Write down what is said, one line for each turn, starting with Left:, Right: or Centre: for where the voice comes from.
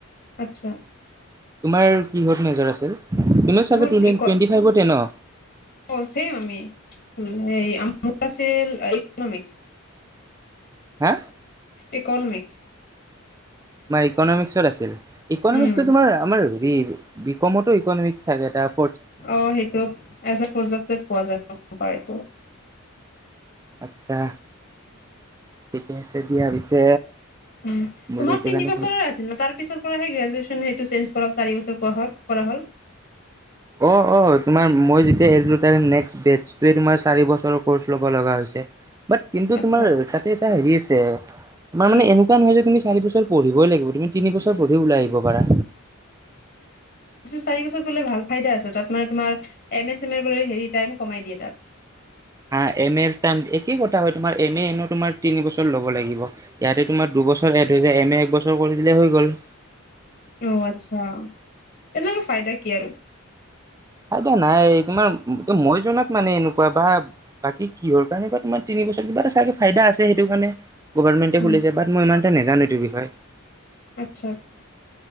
Left: আচ্ছা
Right: তোমাৰ কিহত মেজৰ আছিল তুমিও চাগে
Left: মোৰ
Right: টুৱেণ্টি
Left: ইক
Right: ফাইভতে ন
Left: অ চেম আমি হে ই আছিল ইকনমিকছ
Right: হা
Left: ইকনমিক্স
Right: তোমাৰ ইকনমিক্সত আছিল ইকনমিক্সো
Left: উম
Right: তোমাৰ আমাৰ হেৰি বিকমতো ইকনমিক্স থাকে এ তটা
Left: অ সেইটো এজ প্ৰজেক্ট পোৱা যায় পায়এইটো
Right: আচ্ছা ঠিকে আছে দিয়া পিছে
Left: উম
Right: বোলো
Left: তোমাৰ
Right: এইটো
Left: তিনি
Right: কাৰণে
Left: বছৰ
Right: ফোন
Left: আছিল তাৰ পিছৰ গেজুৱেচ হেটো চে কৰা হল চাৰি বছৰ কোৱা হল কৰা হ'ল
Right: অ অ তোমাৰ মই যেতিয়া এ <unintelligible> নেক্সট বেটোৱে তোমাৰ চাৰি বছৰ ল'ব লগা হৈছে বাট কিন্তু
Left: আচ্ছা
Right: তোমাৰ তাতে এটা হেৰি আছে তোমাৰ
Left: কি
Right: মান এনেকুৱা নহয় যে তুমি চাৰি বছৰ পঢ়িবই লাগিব তুমি তিন বছৰ পঢ়ি ওলাই আহিব পাৰা
Left: চাৰিবছৰ বোলে ভাল ফাইদা আছে তাত তোমাৰ এম এ চে মে হেৰি টাইম কমাই দিয়ে
Right: হা এম এৰ টাইম একেই কথা হয় তোমাৰ এম এ এনে তোমাৰ তিনি বছৰ ল'ব লাগিব ইয়াতে তোমাৰ দুবছৰ এ দু এম এ এক বছৰ কৰি দিলে হৈ গ'ল
Left: অ আচ্ছা তেনেহ'লে ফাইদা কি আৰু
Right: আইদা নাই তোমাৰ মই জনাত মানে এনেকুৱা বা বাকী কিহৰ কাৰণে বা তোমাৰ তিনি বছৰ কিবা এটা চাগে ফাইদা আছে সেইটো কাৰণে গভাৰমেণ্টে
Left: উম
Right: খুলিছে বাট মই ইমান এটা নাজানো সেইটো বিষয়ে
Left: আচ্ছা আচ্ছা